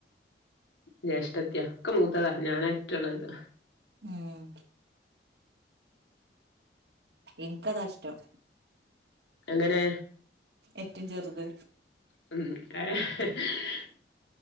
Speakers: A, on the left; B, on the right.
A: ജ്യേഷ്ഠത്യ ക്കെ മൂത്തതാ ഞാനാറ്റൊ ളേത്
B: ഉം <inaudible> ഇൻക്കതാഷ്ടം
A: എങ്ങനെ
B: ഏറ്റം ചെറുത്
A: <unintelligible>